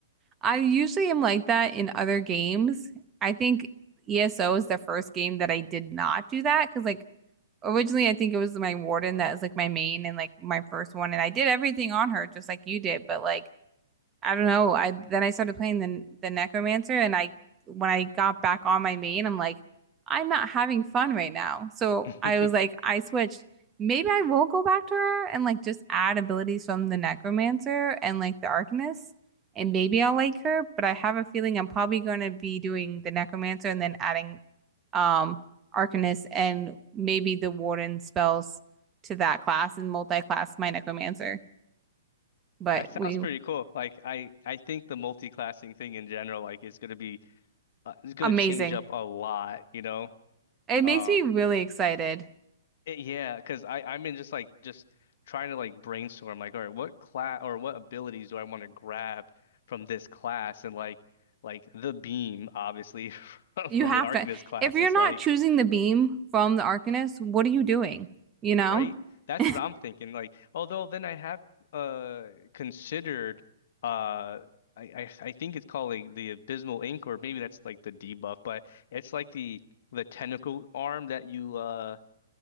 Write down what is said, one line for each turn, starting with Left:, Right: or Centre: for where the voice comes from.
Right: I usually am like that in other games. I think ESO is the first game that I did not do that because, like, originally I think it was my warden that was like my main and like my first one, and I did everything on her just like you did, but like I don't know. I then I started playing the the Necromancer, and I when I got back on my main, I'm like, I'm not having fun right now. So
Left: <laughs>
Right: I was like, I switched. Maybe I will go back to her and like just add abilities from the Necromancer and like the Arcanist, and maybe I'll like her. But I have a feeling I'm probably going to be doing the Necromancer and then adding um Arcanist and maybe the Warden spells to that class and multi-class my Necromancer. But
Left: That sounds
Right: we
Left: pretty cool. Like I, I think the multi-classing thing in general, like is gonna be, uh, is gonna
Right: amazing.
Left: change up a lot, you know.
Right: It
Left: Um,
Right: makes me really excited.
Left: It, yeah, because I I'm in just like just trying to like brainstorm like all right what class or what abilities do I want to grab from this class and like like the beam obviously <laughs> from
Right: You
Left: from
Right: have
Left: the Arcanist
Right: to,
Left: class
Right: if you're
Left: is
Right: not
Left: like
Right: choosing the beam from the Arcanist, what are you doing? You know?
Left: right
Right: <laughs>
Left: that's what I'm thinking like although then I have uh considered uh I I, I think it's called like the Abysmal Ink or maybe that's like the debuff but it's like the the tentacle arm that you uh